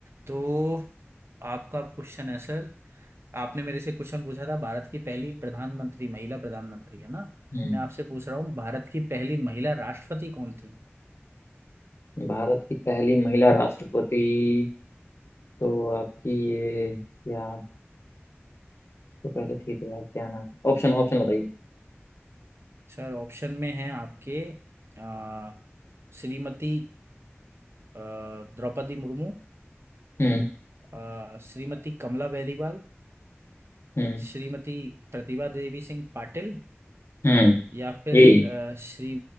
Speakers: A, on the right; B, on the left.
A: तो आपका क्वेश्चन है सर आपने मेरे से क्वेश्चन पूछा था भारत की पहली प्रधानमंत्री महिला प्रधानमंत्री है ना
B: हम्म
A: मैं आपसे पूछ रहा हूँ भारत की पहली महिला राष्ट्रपति कौन थी
B: भारत की पहली महिला राष्ट्रपति तो आपकी ये या इससे पहले थी तो यार क्या नाम है? ऑप्शन ऑप्शन बताइए
A: सर ऑप्शन में है आपके अ, श्रीमती अ, द्रौपदी मुर्मू
B: हम्म
A: अ, श्रीमती कमला बेलीवाल
B: हम्म
A: श्रीमती प्रतिभा देवी सिंह पाटिल
B: हम्म
A: या फिर
B: यही है
A: अ, श्री